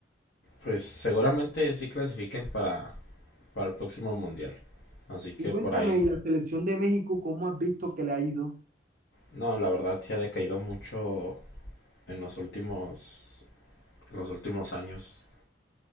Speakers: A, on the left (about 65°); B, on the right (about 45°).
A: Pues seguramente sí clasifiquen para para el próximo mundial. Así que
B: Y cuéntame,
A: por ahí.
B: ¿y la selección de México cómo has visto que le ha ido?
A: No, la verdad sí ha decaído mucho en los últimos en los últimos años.